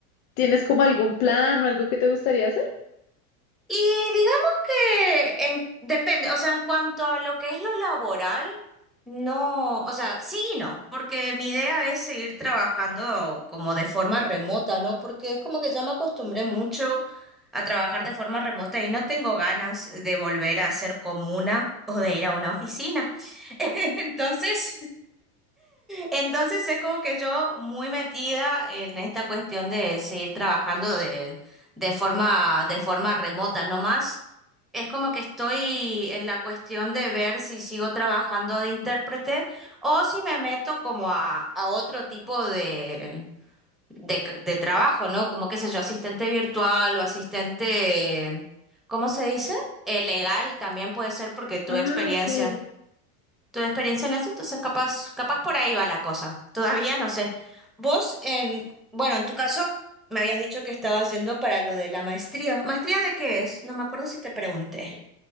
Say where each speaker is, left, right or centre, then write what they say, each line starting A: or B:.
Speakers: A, on the left; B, in the centre.
A: ¿tienes como algún plan o algo que te gustaría hacer?
B: Y digamos que en- depende, o sea, en cuanto a lo que es lo laboral, no, o sea, sí y no, porque mi idea es seguir trabajando como de forma remota, ¿no? Porque es como que ya me acostumbré mucho a trabajar de forma remota y no tengo ganas de volver a ser comuna o de ir a una oficina. <laughs> Entonces, entonces es como que yo muy metida en esta cuestión de seguir trabajando de, de forma, de forma remota, no más. Es como que estoy en la cuestión de ver si sigo trabajando de intérprete o si me meto como a, a otro tipo de, de, c- de trabajo, ¿no? Como qué sé yo, asistente virtual o asistente, ¿cómo se dice? Eh, legal también puede ser porque tuve
A: Ah,
B: experiencia
A: ok.
B: tu experiencia en eso, entonces capaz, capaz por ahí va la cosa. Todavía no sé. Vos, en, bueno, en tu caso, me habías dicho que estabas yendo para lo de la maestría. ¿Maestría de qué es? No me acuerdo si te pregunté.